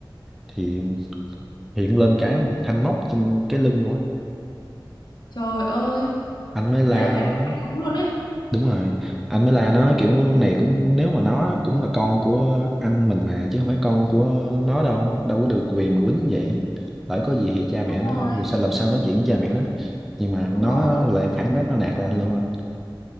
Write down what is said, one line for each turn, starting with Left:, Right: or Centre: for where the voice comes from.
Centre: thì hiện lên cả một thanh móc trên cái lưng luôn á
Left: Trời ơi,
Centre: anh mới la
Left: thế là phải
Centre: nó
Left: đánh mặt lắm luôn ấy.
Centre: đúng rồi anh mới la nó kiểu này cũng nếu mà nó cũng là con của anh mình mà chứ không phải con của nó đâu đâu có được quyền mà quýnh vậy lỡ có gì thì cha mẹ
Left: Đúng
Centre: nó
Left: rồi,
Centre: sao làm sao nói chuyện với cha mẹ nó nhưng mà nó
Left: đúng rồi.
Centre: lại phản bác nó nạt lên anh luôn